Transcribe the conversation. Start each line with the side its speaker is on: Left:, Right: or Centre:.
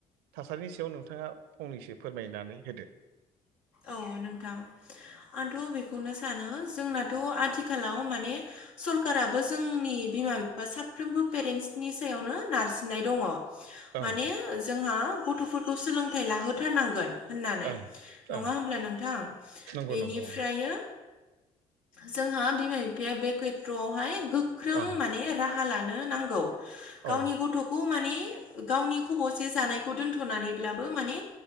Right: थासारिनि सायाव नोंथाङा फंनैसो फोरमायनानै होदो।
Left: औ नोंथां आंथ' बेखौनो सानो जोंनाथ' आ थिखालाव माने सरकाराबो जोंनि बिमा बिफा साफ्रोमबो पेरेन्टसनि सायावनो नारसिननाय दङ।
Right: ओं
Left: माने जोंहा गथ'फोरखौ सोलोंथाइ लाहोथारनांगोन होननानै।
Right: ओं
Left: नङा
Right: ओं
Left: होमब्ला नोंथां
Right: नंगौ
Left: बेनिफ्रायो
Right: नंगौ
Left: जोंहा बिमा बिफाया बे केत्रआवहाय गोख्रों
Right: ओं
Left: माने रा हा लानो नांगौ
Right: औ
Left: गावनि
Right: ओं
Left: गथ'खौ माने गावनि खबसे जानायखौ दोनथनानैब्लाबो माने